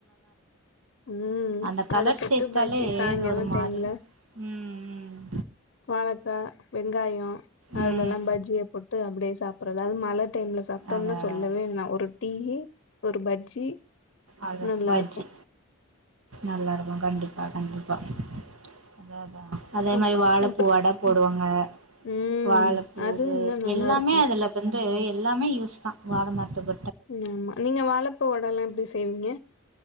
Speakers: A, on the left; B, on the right.
A: உம்
B: அந்த கலர்
A: அத போட்டு
B: சேத்தாலே
A: பஜ்ஜி சாயங்கால
B: இது ஒரு மாரி
A: டைம்ல
B: ம்
A: வாழக்கா வெங்காயோ அதுல
B: ம் ம்
A: எல்லா பஜ்ஜிய போட்டு அப்புடியே சாப்பிடுறது ஏதாவது மழ டைம்ல சாப்பிட்டோம்னா
B: அதா அதா
A: சொல்லவேணா
B: அதா
A: ஒரு டீயு ஒரு பஜ்ஜி
B: அதா
A: நல்லா
B: பஜ்ஜி
A: இருக்கு
B: நல்லா இருக்கு கண்டிப்பா கண்டிப்பா அதா அதா அதே
A: அப்
B: மாரி வாழப்பூ
A: அப்ற
B: வட போடுவாங்க
A: ம்
B: வாழப்பூவு
A: அது இன்னு நல்லா
B: எல்லாமே
A: இருக்கு
B: அதுல வந்து எல்லாமே யூஸ் தா வாழ மரத்தப்
A: ஆமா நீங்க வாழப்பூ வடலா எப் படி செய்வீங்க